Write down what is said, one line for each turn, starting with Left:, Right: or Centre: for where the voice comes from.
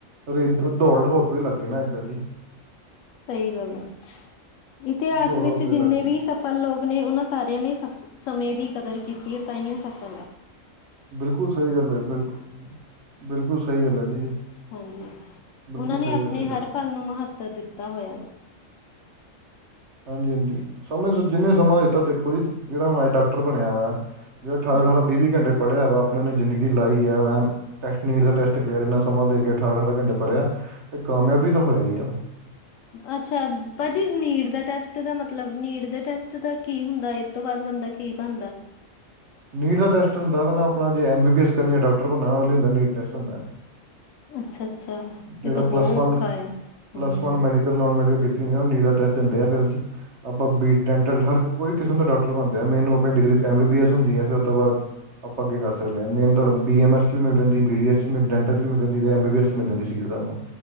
Right: ਰੇ ਦੋਲਡ ਹੋਰ ਕੋਈ ਲੱਗੇ ਨਾ ਅਜ ਕੱਲ੍ਹ ਜੀ।
Left: ਸਹੀ ਗੱਲ ਐ, ਇਤਿਹਾਸ
Right: ਦੌੜ
Left: ਵਿੱਚ
Right: ਹੋਰ ਕੋਈ
Left: ਜਿੰਨੇ
Right: ਲੱਗ ਗਈ
Left: ਵੀ ਪਰ ਲੋਕ ਨੇ ਉਹਨਾਂ ਸਾਰਿਆਂ ਨੇ, ਸਮੇਂ ਦੀ ਕਦਰ ਕੀਤੀ ਐ ਤਈਓ ਸਫਲ ਐ।
Right: ਬਿਲਕੁਲ ਸਹੀ ਗੱਲ ਐ ਜੀ, ਬਿਲਕੁਲ ਬਿਲਕੁਲ ਸਈ ਗੱਲ ਐ ਜੀ।
Left: ਹਾਂਜੀ,
Right: ਬਿਲਕੁਲ
Left: ਉਹਨਾਂ ਨੇ
Right: ਸਹੀ
Left: ਆਪਣੇ
Right: ਗੱਲ ਹੈ ਜੀ
Left: ਹਰ
Right: ਤੁਹਾਡੀ
Left: ਪਲ ਨੂੰ ਮਹੱਤਵ ਦਿੱਤਾ ਹੋਇਆ।
Right: ਹਾਂਜੀ ਹਾਂਜੀ, ਸਮੇਂ ਜਿੰਨੇ ਸਮਾਂ ਦਿੱਤਾ ਦੇਖੋ ਜੀ ਜਿਹੜਾ ਹੁਣ ਅੱਜ ਡਾਕਟਰ ਬਣਿਆ ਜਿਹੜ ਅਠਾਰਾਂ
Left: ਹਾਂਜੀ
Right: ਅਠਾਰਾਂ ਵੀਹ ਵੀਹ ਘੰਟੇ ਪੜ੍ਹਿਆ ਵਾ ਆਪਣਿਆ ਨਾਲ ਜ਼ਿੰਦਗੀ ਲਾਈ ਐ। ਟੈਸਟ ਨੀਡ ਦਾ ਟੈਸਟ ਕਲੀਅਰ ਇੰਨਾ ਸਮਾਂ ਦੇ ਕੇ ਅਠਾਰਾਂ ਅਠਾਰਾਂ ਘੰਟੇ ਪੜ੍ਹਿਆ, ਤੇ ਕਾਮਯਾਬੀ ਤਾਂ ਹੋਇਆ ਈ ਆ।
Left: ਅੱਛਾ ਭਾਜੀ ਨੀਟ ਦਾ ਟੈਸਟ ਦਾ ਮਤਲਬ ਨੀਟ ਦੇ ਟੈਸਟ ਦਾ ਕੀ ਹੁੰਦਾ ਐ। ਤੋਂ ਬਾਦ ਬੰਦਾ ਕੀ ਬਣਦਾ?
Right: ਨੀਟ ਦਾ ਟੈਸਟ ਹੁੰਦਾ ਆਪਣਾ ਜੇ ਐਮ ਬੀ ਐਸੀ ਕਰਨੀ ਡਾਕਟਰ ਬਣਨਾ ਨੀਟ ਟੈਸਟ ਹੁੰਦਾ।
Left: ਅੱਛਾ ਅੱਛਾ,
Right: ਜਿਹਦਾ
Left: ਇਹ ਤਾਂ ਬਹੁਤ
Right: ਪਲੱਸ ਵਨ
Left: ਔਖਾ ਆ ਹੂੰ।
Right: ਪਲੱਸ ਵਨ ਮੈਡੀਕਲ ਨੋਨ ਮੈਡੀਕਲ ਕੀਤੀ ਨੀਟ ਦਾ ਟੈਸਟ ਦਿੰਦੇ ਆ, ਫਿਰ ਆਪਾਂ ਬੀ ਡੈਂਟਲ ਹਰ ਕੋਈ ਕਿਸਮ ਦਾ ਡਾਕਟਰ ਬਣਦਾ ਮੈਨ ਆਪਣੀ ਐੱ ਬੀ ਬੀ ਐੱਸ ਹੁੰਦੀ ਐ ਫਿਰ ਉਹ ਤੋਂ ਬਾਦ ਆਪਾਂ ਅੱਗੇ ਕਰ ਸਕਦੇ ਆ ਮੇਨ ਤੁਹਾਡਾ ਬੀ ਐਮ ਐਸ ਚ ਵੀ ਮਿਲ ਜਾਂਦੀ ਬੀ ਡੀ ਐਸ ਚ ਵੀ ਮਿਲ ਜਾਂਦੀ ਤੇ ਐਮ ਬੀ ਐੱਸ ਚ ਮਿਲ ਜਾਂਦੀ। ਤੁਹਾਨੂੰ